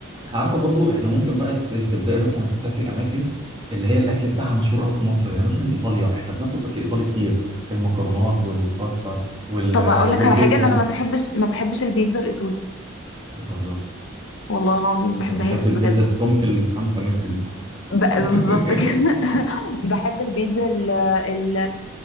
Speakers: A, on the right (about 25°); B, on the left (about 65°).
A: عارفه برضه احنا ممكن بقى ت- تبداي مثلا تسافري اماكن اللي هي الاكل بتاعها مشهور قوي في مصر زي مثلا ايطاليا احنا بناكل اكل ايطالي كتير المكرونات والباستا وال...
B: طب اقول
A: والبيتزا
B: لك على حاجه ان انا ما بحبش ما بحبش البيتزا الايطالي
A: بتهزر
B: والله العظيم ما بحبهاش
A: انت بتحب البيتزا
B: بجد
A: السمك الخمسة متر دي صح <laughs>
B: ب... بالظبط كده <laughs> بحب البيتزا ال... ال...